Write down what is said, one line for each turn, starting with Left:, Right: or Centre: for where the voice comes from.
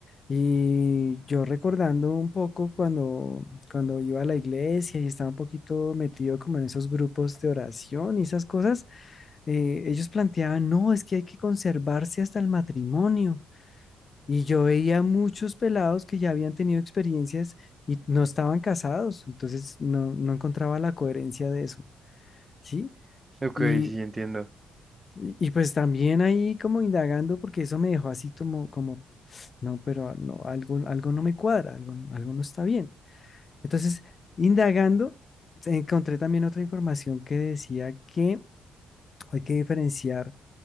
Left: Y yo recordando un poco cuando, cuando iba a la iglesia y estaba un poquito metido como en esos grupos de oración y esas cosas, eh, ellos planteaban, no, es que hay que conservarse hasta el matrimonio. Y yo veía muchos pelados que ya habían tenido experiencias y no estaban casados, entonces no, no encontraba la coherencia de eso, ¿sí?
Right: Ok,
Left: Y,
Right: sí, entiendo.
Left: y y pues también ahí como indagando, porque eso me dejó así como, como no, pero no, algo, algo no me cuadra, algo, algo no está bien. Entonces, indagando, encontré también otra información que decía que hay que diferenciar